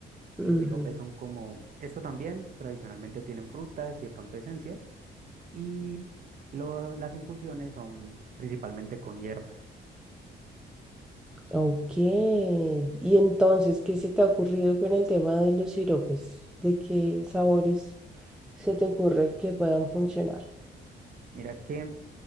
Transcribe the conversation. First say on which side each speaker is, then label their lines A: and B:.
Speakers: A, in the centre; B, on the right (about 45°).
A: Ujú,
B: Los siropes son como esto también, pero adicionalmente tienen frutas y de pronto esencias. Y lo- las infusiones son principalmente con hierbas.
A: Ok, y entonces, ¿qué se te ha ocurrido con el tema de los siropes? ¿De qué sabores se te ocurre que puedan funcionar?
B: Mira que,